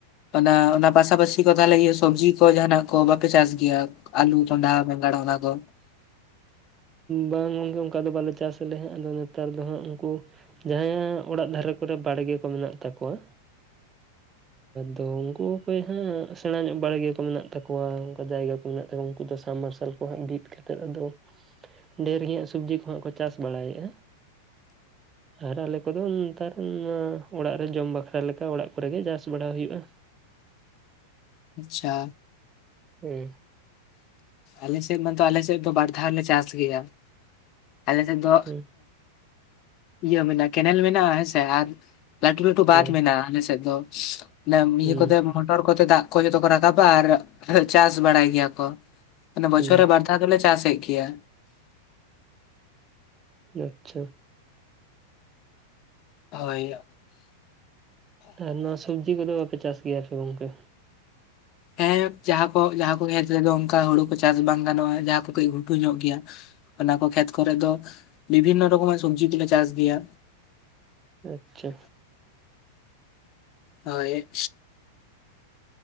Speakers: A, on the left; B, on the right.
A: ᱚᱱᱟ ᱚᱱᱟ ᱯᱟᱥᱟᱯᱟᱥᱤ ᱠᱚ ᱛᱟᱦᱚᱞᱮ ᱥᱚᱵᱡᱤ ᱠᱚ ᱡᱟᱦᱟᱸᱱᱟᱜ ᱠᱚ ᱵᱟᱯᱮ ᱪᱟᱥ ᱜᱮᱭᱟ? ᱟᱞᱩ, ᱠᱷᱚᱱᱰᱟ, ᱵᱮᱜᱟᱲ, ᱚᱱᱟ ᱠᱚ
B: ᱵᱟᱝ ᱜᱚᱢᱠᱮ ᱚᱱᱠᱟ ᱫᱚ ᱵᱟᱞᱮ ᱪᱟᱥ ᱟᱞᱮ ᱦᱟᱜ ᱟᱫᱚ ᱱᱮᱛᱟᱨ ᱫᱚ ᱦᱟᱸᱜ ᱩᱱᱠᱩ ᱡᱟᱦᱟᱸᱭᱟᱜ ᱚᱲᱟᱜ ᱫᱷᱟᱨᱮ ᱠᱚᱨᱮ ᱵᱟᱲᱜᱮ ᱠᱚ ᱢᱮᱱᱟᱜ ᱛᱟᱠᱚᱣᱟ
A: <unintelligible>
B: ᱫᱚ ᱩᱱᱠᱩ ᱚᱠᱚ ᱦᱟᱸᱜ ᱥᱮᱬᱟ ᱧᱚᱜ ᱵᱟᱲᱮᱜᱮ ᱠᱚ ᱢᱮᱱᱟᱜ ᱛᱟᱠᱚᱣᱟ ᱚᱱᱠᱟ ᱡᱟᱭᱜᱟ ᱠᱚ ᱢᱮᱱᱟᱜ ᱛᱟᱠᱚᱣᱟ ᱩᱱᱠᱩ ᱫᱚ ᱥᱟᱢ ᱢᱟᱨᱥᱟᱞ ᱥᱟᱞ ᱠᱚ ᱦᱟᱸᱜ ᱵᱤᱫ ᱠᱟᱛᱮᱫ ᱟᱫᱚ ᱰᱷᱮᱨᱧᱟᱜ ᱥᱚᱵᱡᱤ ᱠᱚᱦᱜ ᱠᱚ ᱪᱟᱥ ᱵᱟᱲᱟᱭᱮᱫ-ᱟ
A: <inaudible>
B: ᱟᱨ ᱟᱞᱮ ᱠᱚᱫᱚ ᱱᱮᱛᱟᱨ ᱚᱲᱟᱜ ᱨᱮ ᱡᱚᱢ ᱵᱟᱠᱷᱨᱟ ᱞᱮᱠᱟ ᱚᱲᱟᱜ ᱠᱚᱨᱮᱜᱮ ᱪᱟᱥ ᱵᱟᱲᱟ ᱦᱩᱭᱩᱜ-ᱟ᱾
A: ᱟᱪᱪᱷᱟ
B: ᱦᱮ
A: ᱟᱞᱮᱥᱮᱫ ᱢᱟᱛᱚ ᱟᱞᱮᱥᱮᱫ ᱫᱚ ᱵᱟᱨ ᱫᱷᱟᱣ ᱞᱮ ᱪᱟᱥ ᱜᱮᱭᱟ ᱟᱞᱮᱥᱮᱫ ᱫᱚ
B: ᱦᱮᱸ
A: ᱤᱭᱟᱹ ᱢᱮᱱᱟᱜ-ᱟ ᱠᱮᱱᱮᱞ ᱢᱮᱱᱟᱜ-ᱟ ᱦᱮᱸᱥᱮ ᱟᱨ ᱞᱟᱴᱩ ᱞᱟᱴᱩ
B: ᱦᱮᱸ
A: ᱵᱟᱫ ᱢᱮᱱᱟᱜᱼᱟ᱾ ᱟᱞᱮ ᱥᱮᱫ ᱫᱚ
B: ᱦᱮᱸ
A: ᱤᱭᱟᱹ ᱠᱚᱛᱮ ᱢᱚᱴᱚᱨ ᱠᱚᱛᱮ ᱫᱟᱜ ᱠᱚ ᱡᱚᱛᱚ ᱠᱚ ᱨᱟᱠᱟᱵᱟ ᱟᱨ ᱪᱟᱥ ᱵᱟᱲᱟᱭ ᱜᱮᱭᱟ ᱠᱚ᱾ ᱢᱟᱱᱮ ᱵᱚᱪᱷᱚᱨ
B: ᱦᱮᱸ
A: ᱨᱮ ᱵᱟᱨ ᱫᱷᱟᱣ ᱫᱚᱞᱮ ᱪᱟᱥ ᱮᱜ ᱜᱮᱭᱟ᱾
B: ᱟᱪᱪᱷᱟ
A: ᱦᱳᱭ
B: ᱟᱨ ᱱᱚᱣᱟ ᱥᱚᱵᱡᱤ ᱠᱚᱫᱚ ᱵᱟᱯᱮ ᱪᱟᱥ ᱜᱮᱭᱟ ᱥᱮ ᱜᱚᱝᱠᱮ?
A: ᱦᱮᱸ ᱡᱟᱦᱟᱸ ᱠᱚ ᱡᱟᱦᱟᱸ ᱠᱚ ᱠᱷᱮᱛ ᱨᱮᱫᱚ ᱚᱝᱠᱟ ᱦᱩᱲᱩ ᱠᱚ ᱪᱟᱥ ᱵᱟᱝ ᱜᱟᱱᱚᱜ-ᱟ ᱡᱟᱦᱟᱸ ᱠᱚ ᱠᱟᱡ ᱜᱷᱩᱴᱩ ᱧᱚᱜ ᱜᱮᱭᱟ᱾ ᱚᱱᱟ ᱠᱚ ᱠᱷᱮᱛ ᱠᱚᱨᱮ ᱫᱚ ᱵᱤᱵᱷᱤᱱᱱᱚ ᱨᱚᱠᱚᱢᱟᱜ ᱥᱚᱵᱡᱤ ᱠᱚᱞᱮ ᱪᱟᱥ ᱜᱮᱭᱟ᱾
B: ᱟᱪᱪᱷᱟ
A: ᱦᱳᱭ